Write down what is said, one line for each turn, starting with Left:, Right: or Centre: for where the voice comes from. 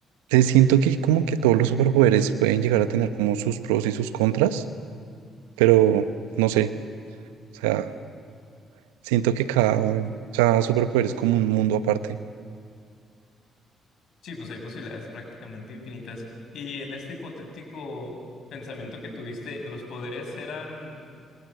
Right: te siento que como que todos los superpoderes pueden llegar a tener como sus pros y sus contras, pero no sé, o sea, siento que cada, cada superpoder es como un mundo aparte.
Left: Sí, pues hay posibilidades prácticamente infinitas. Y en este hipotético pensamiento que tuviste, ¿los poderes eran